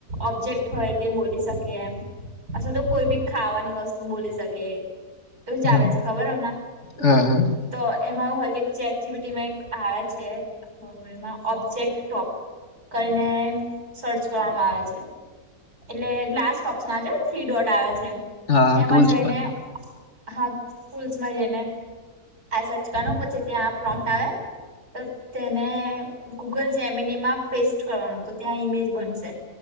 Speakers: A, on the right; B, on the left.
A: ઓબ્જેક્ટ હોય તે બોલી શકે એમ અચ્છા તો કોઈ બી ખાવાની વસ્તુ બોલી શકે એવું ચાલે
B: હા
A: છે ખબર હમણાં
B: હા હા
A: તો એમાં એવું હોય કે ચેટીબીટીમાં આવે છે. એમાં ઓબ્જેક્ટ ટોક કરીને સર્ચ કરવામાં આવે છે. એટલે લાસ્ટ ઓપ્શન આજ થ્રી ડોટ આવે છે
B: હા
A: એમાં
B: ટૂલ્સ
A: જઈને
B: પાસે
A: હા સ્કૂલ્સમાં જઈને હાય સર્ચ કરનું પછી ત્યાં પ્રોમપ આવે તો તેને ગૂગલ જેમનીમાં પેસ્ટ કરવાનું તો ત્યાં ઇમેજ બનશે